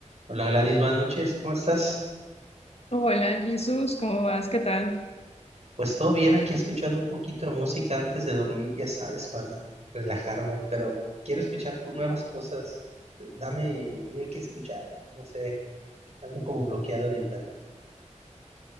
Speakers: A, on the right; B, on the left.
A: Hola Gladys, buenas noches, ¿cómo estás?
B: Hola, Jesús, ¿cómo vas? ¿Qué tal?
A: Pues todo bien, aquí escuchando un poquito de música antes de dormir, ya sabes, para relajarme, pero quiero escuchar nuevas cosas. Dame, dime qué escuchar, no sé, ando como bloqueado ahorita.